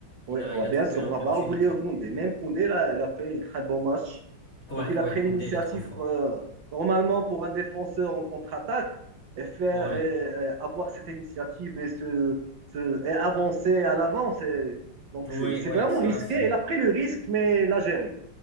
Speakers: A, on the right; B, on the left.
A: Oui,
B: il a,
A: ouais,
B: il a
A: bien
B: trouvé
A: sûr,
B: l'opportunité.
A: on va pas oublier Koundé. Même Koundé, là, il a fait un très bon match.
B: Ouais,
A: Donc, il
B: ouais,
A: a pris
B: Koundé,
A: l'initiative.
B: il est trop fort.
A: quoi. Normalement, pour un défenseur en contre-attaque, et faire,
B: Ouais,
A: et, et avoir cette initiative et, se, se- et avancer à l'avant, c'est, donc
B: ouais,
A: c'est c'est
B: ouais,
A: vraiment
B: ça
A: risqué.
B: c'est.
A: Il a pris le risque, mais il a géré.